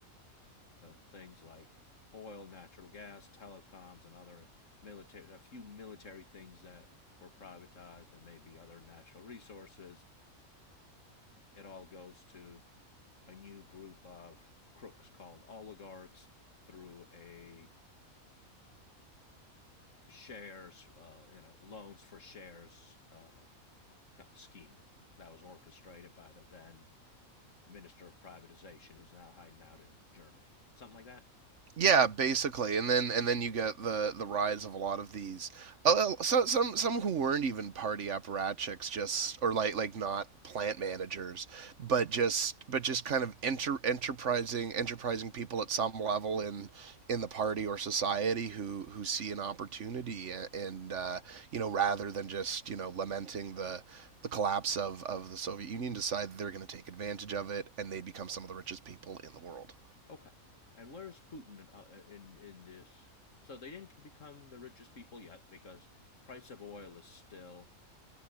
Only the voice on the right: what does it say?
Yeah, basically, and then and then you get the the rise of a lot of these. Uh, uh, so, some some who weren't even party apparatchiks, just or like like not plant managers, but just but just kind of enter, enterprising enterprising people at some level in in the party or society who who see an opportunity and, and uh, you know rather than just you know lamenting the the collapse of of the Soviet Union, decide they're going to take advantage of it and they become some of the richest people in the world.